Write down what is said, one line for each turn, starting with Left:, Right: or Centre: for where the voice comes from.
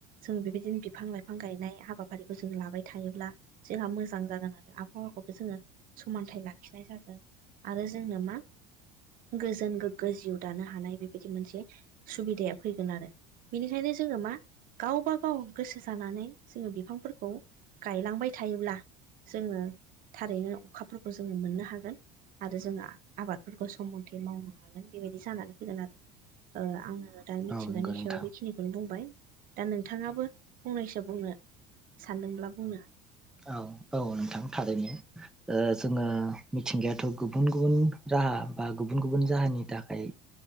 Right: जोङो बेबायदिनो बिफां लाइफां गायनाय हाबाफारिखौ जों लाबाय थायोब्ला जोंहा मोजां जागोन आरो आबहावाखौबो जोङो समानथाइ लाखिनाय जागोन। आरो जोङो मा गोजोन गोग्गो जिउ दानो हानाय बेबायदि मोनसे सुबिदाया फैगोन आरो। बेनिखायनो जोङो मा गावबा गाव गोसो जानानै जोङो बिफांफोरखौ गायलांबाय थायोब्ला जोङो थारैनो अखाफोरखौ जोङो मोननो हागोन आरो जोङो आबादफोरखौ सम मथे मावनो हागोन हागोन बेबायदि जानानै फैगोन आरो आङो दा मिथिंगानि
Centre: औ नंगौ नोंथां
Right: सायाव बेखिनिखौनो बुंबाय दा नोंथाङाबो फंनैसो बुंनो सानदोंब्ला बुंनो
Centre: औ औ नोंथां थारैनो जोङा मिथिंगायाथ' गुब गुबुन गुबुन राहा बा गुबुन गुबुन जाहोननि थाखाय